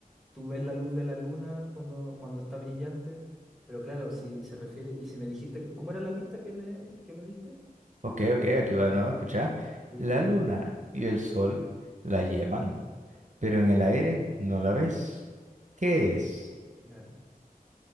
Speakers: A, in the centre; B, on the right.
A: tú ves la luz de la luna cuando, cuando está brillante, pero claro, si se refiere, y si me dijiste, ¿cómo era la pista que me, que me diste?
B: Ok, ok, aquí va de nuevo, escucha.
A: Sí,
B: La luna y el sol la llevan, pero en el aire no la ves. ¿Qué es?
A: la-